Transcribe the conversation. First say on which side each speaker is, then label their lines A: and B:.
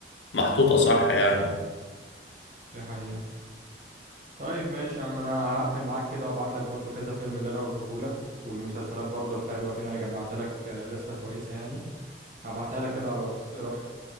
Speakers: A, on the left; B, on the right.
A: محطوطه صح يعني
B: دي حقيقة طيب ماشي يا عم انا هقفل معاك كده وابعت لك برضو كذا فيلم اللي انا قلته لك والمسلسلات برضو الحلوة كده انا جمعت لك آه، لستة كويسة يعني هبعتها لك كده على الواتس ايه رأيك